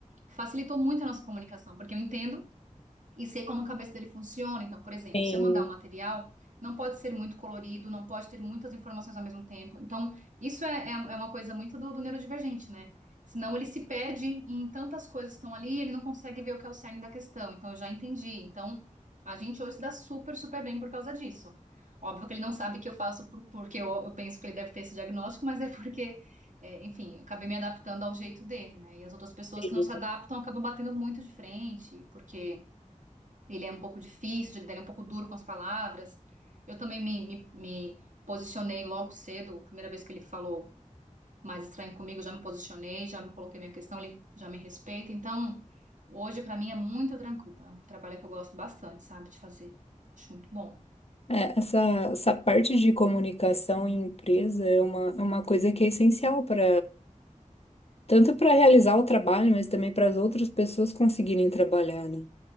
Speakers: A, on the right; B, on the left.
A: facilitou muito a nossa comunicação, porque eu entendo e sei como a cabeça dele funciona. Então, por exemplo,
B: tem,
A: se eu mandar um material, não pode ser muito colorido, não pode ter muitas informações ao mesmo tempo. Então, isso é, é é uma coisa muito do, do neurodivergente, né? Senão ele se perde em tantas coisas que estão ali, ele não consegue ver o que é o cerne da questão. Então, eu já entendi. Então, a gente hoje se dá super, super bem por causa disso. Óbvio que ele não sabe que eu faço por- porque eu, eu penso que ele deve ter esse diagnóstico, mas é porque, é, enfim, eu acabei me adaptando ao jeito dele, né? E as outras pessoas
B: tem
A: que não se adaptam acabam batendo muito de frente, porque ele é um pouco difícil, ele é um pouco duro com as palavras. Eu também me, me, me posicionei logo cedo, primeira vez que ele falou mais estranho comigo, eu já me posicionei, já me coloquei minha questão, ele já me respeita. Então, hoje para mim é muito tranquilo. É um trabalho que eu gosto bastante, sabe, de fazer. Acho muito bom.
B: É, essa, essa parte de comunicação em empresa é uma, é uma coisa que é essencial para tanto para realizar o trabalho, mas também para as outras pessoas conseguirem trabalhar, né?